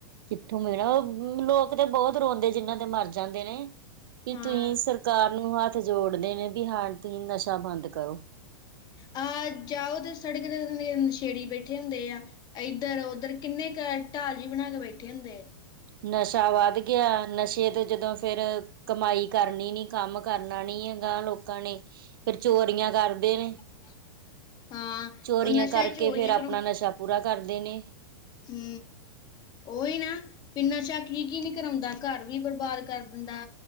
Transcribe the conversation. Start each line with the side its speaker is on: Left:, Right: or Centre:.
Right: ਕਿੱਥੋਂ ਮਿਲਣਾ ਉਹ ਲੋਕ ਤੇ ਬਹੁਤ ਰੋਂਦੇ ਜਿੰਹਨਾਂ ਦੇ ਮਰ ਜਾਂਦੇ ਨੇ ਵੀ
Left: ਹਾਂ
Right: ਤੁਸੀਂ ਸਰ ਸਰਕਾਰ ਨੂੰ ਹੱਥ ਜੋੜਦੇ ਨੇ, ਵੀ ਹਾਂ, ਤੁਹੀਂ ਨਸ਼ਾ ਬੰਦ ਕਰੋ।
Left: ਆਂ ਜਾਔ, ਤੇ ਸੜਕ, ਤੇ <unintelligible> ਨਸ਼ੇੜੀ ਬੈਠੇ ਹੁੰਦੇ ਆ। ਏਧਰ-ਔਧਰ ਕਿੰਨੇ ਕ ਢਾਲ ਜੀ ਬਣਾ ਕੇ ਬੈਠੇ ਹੁੰਦੇ।
Right: ਨਸ਼ਾ ਵੱਧ ਗਆ, ਨਸ਼ੇ ਤੇ ਜਦੋਂ ਫਿਰ ਕਮਾਈ ਕਰਨੀ ਨੀ, ਕੰਮ ਕਰਨਾ ਨੀ, ਅਗਾ ਲੋਕਾਂ ਨੇ। ਫੇਰ ਚੋਰੀਆਂ ਕਰਦੇ ਨੇ।
Left: <inaudible>
Right: ਚੋਰੀਆਂ
Left: ਉਹ ਨਸ਼ਾ
Right: ਕਰਕੇ
Left: ਹੀ ਚੋਰੀਆਂ
Right: ਫੇਰ, ਆਪਣਾ ਨਸ਼ਾ ਪੂਰਾ ਕਰਦੇ ਨੇ।
Left: ਕੀ। ਔਈ ਨਾ, ਵੀ ਨਸ਼ਾ ਕੀ-ਕੀ ਨੀ ਕਰਾਂੳਦਾ। ਘਰ ਵੀ ਬਰਬਾਦ ਕਰ ਦਿੰਦਾ।